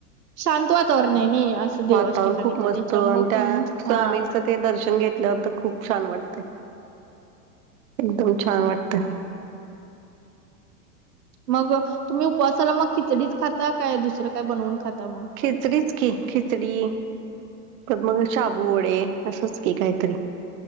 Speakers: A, on the right; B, on the right.
A: शांत वातावरण आहे नी असं. देवाच्या
B: वातावरण
A: ठिकाणी
B: खूप मस्त
A: तर त्याच्यामुळे
B: आणि त्या
A: कणी
B: स्वामींचं
A: हा
B: ते दर्शन घेतल्यावर तर खूप छान वाटते. एकदम छान वाटतं.
A: मग तुम्ही उपवासाला मग खिचडीच खाता काय दुसरं काय बनवून खाता मग.
B: खिचडीच की खिचडी पण मग आबू वडे असंच की काहीतरी